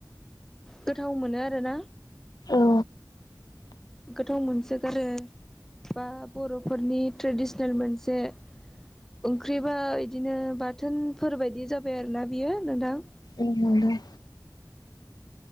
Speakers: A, in the centre; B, on the left.
A: गोथाव मोनो आरो ना।
B: औ
A: गोथाव मोनसोगारो बा बर'फोरनि ट्रेडिसनेल मोनसे ओंख्रिबा इदिनो बाथोनफोर बायदि जाबाय आरोना बियो नोंथां।
B: औ नोंथां